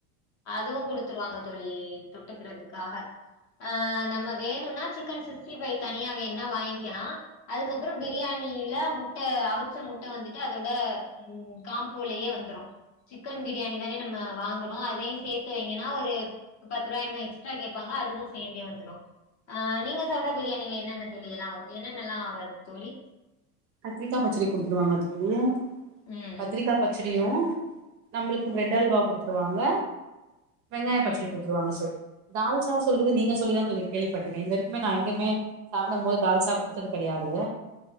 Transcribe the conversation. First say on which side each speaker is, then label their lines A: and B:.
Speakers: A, on the left (about 35°); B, on the right (about 40°).
A: அதுவும் குடுத்துருவாங்க தோழி தொட்டுக்கறதுக்காக ஆஹ் நம்ம வேணுன்னா சிக்கன் சி க்ஸ்டிபை தனியா வேண்னா வாங்கிக்கலா அதுக்கப்புற பிரியாணியில முட்டை அவிச்ச முட்டை வந்துட்டு அதோட உ காம்போலயே வந்துரு சிக்கன் பிரியாணி தானே நம்ம வாங்குறோ அதையு சேத்து வீங்கன்னா ஒரு பத்து ரூபாய் என்மோ எக்ஸ்ட்ரா கேட்பாங்க அதுவு சேந்தே வந்துடு அஹ் நீங்க சொல்ற பிரியாணியில என்னென்ன தோழி எல்லா வரு என்னென்னல்லா வருது தோழி
B: கத்திரிக்காய் பச்சரி குடுத்துருவாங்க தோழி
A: ம்
B: கத்திரிக்கா பச்சடியு நம்மளுக்கு பிரெட் அல்வா குடுத்துருவாங்க வெங்காயம் பச்சரி
A: ம்.
B: கொடுத்துருவாங்க தோழி தால்ச்சா சொல்றது நீங்க சொல்லிதா தோழி கேள்விப்பட்டுருக்கே இது வரைக்குமே நா எங்குமே சாப்புடும் போது தால்ச்சா குடுத்தது கடையாது